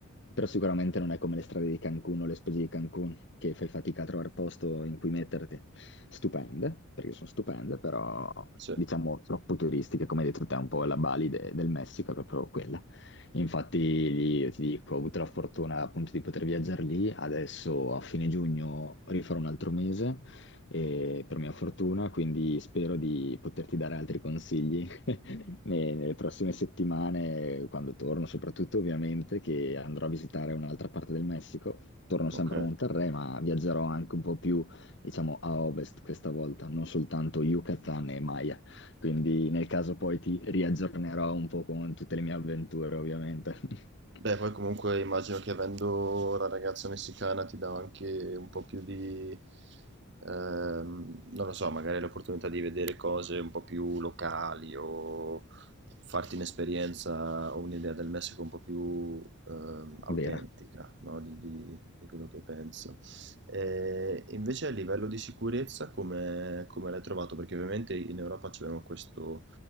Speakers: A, on the left (about 55°); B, on the right (about 50°).
A: però sicuramente non è come le strade di Cancun o le spese di Cancun che fai fatica a trovare posto in cui metterti. Stupende, perché sono stupende, però
B: Sì,
A: diciamo troppo turistiche, come hai detto te, un po' la Bali de- del Messico è proprio quella. Infatti, lì, io ti dico, ho avuto la fortuna appunto di poter viaggiare lì. Adesso a fine giugno rifarò un altro mese, eh, per mia fortuna, quindi spero di poterti dare altri consigli <laughs> ne- nelle prossime settimane, quando torno, soprattutto ovviamente che andrò a visitare un'altra parte del Messico. Torno
B: ok.
A: sempre a Monterrey, ma viaggerò anche un po' più, diciamo, a ovest questa volta, non soltanto Yucatan e Maya. Quindi nel caso poi ti riaggiornerò un po' con tutte le mie avventure, ovviamente. <laughs>
B: Beh, poi comunque immagino che avendo la ragazza messicana ti dà anche un po' più di, ehm, non lo so, magari l'opportunità di vedere cose un po' più locali o farti un'esperienza o un'idea del Messico un po' più ehm, autentica,
A: Vera.
B: no? Di, di- di quello che penso. E invece a livello di sicurezza come, come l'hai trovato? Perché ovviamente in Europa abbiamo questo